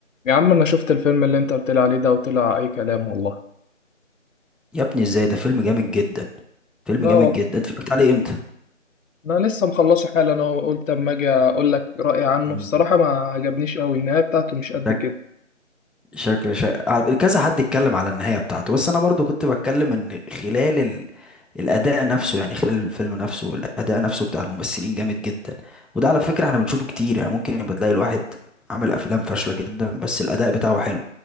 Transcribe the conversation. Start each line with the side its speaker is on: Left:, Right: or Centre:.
Left: يا عم انا شفت الفيلم اللي انت قلت لي عليه ده وطلع اي كلام والله
Centre: يا ابني ازاي ده فيلم جامد جدا فيلم
Left: لا
Centre: جامد
Left: والله
Centre: جدا <laughs> انت اتفرجت عليه امتى
Left: انا لسه مخلصه حالا انا قلت اما اجي اقول لك رايي عنه
Centre: مم.
Left: بصراحه ما عجبنيش قوي النهايه بتاعته مش قد
Centre: شكل
Left: كده
Centre: شكل شكل كذا حد اتكلم على النهاية بتاعته بس انا برضو كنت بتكلم ان خلال ال... الاداء نفسه يعني خلال الفيلم نفسه الاداء نفسه بتاع الممثلين جامد جدا وده على فكرة احنا بنشوفه كتير يعني ممكن يبقى تلاقي الواحد عامل افلام فاشلة جدا بس الاداء بتاعه حلو